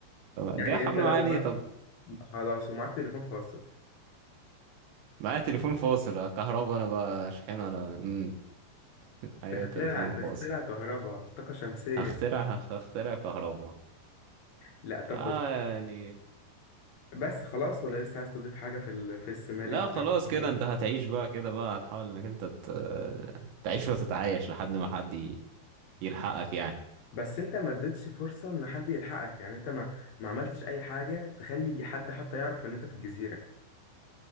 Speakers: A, on the left; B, on the right.
A: يعني
B: جاي حبل
A: أنت لو
B: معايا ليه
A: معاك
B: طب
A: خلاص ومعاك تليفون فاصل
B: معايا تليفون فاصل آه، كهربا انا بقى شحن انا امم معايا
A: تخترع
B: تليفون
A: تخترع
B: فاصل
A: كهرباء طاقة شمسية
B: هخترع هخترع كهربا
A: لا طب
B: اه
A: بص.
B: يعني
A: بس خلاص ولا لسه عايز تضيف حاجة في ال... في السيناريو
B: لا
A: بتاعك
B: خلاص كده
A: مثلا
B: انت هتعيش بقى كده بقى هتحاول انك انت ت- تعيش وتتعايش لحد ما حد ي- يلحقك يعني
A: بس أنت ما اديتش فرصة إن حد يلحقك يعني أنت ما ما عملتش أي حاجة تخلي حد حتى يعرف إن أنت في الجزيرة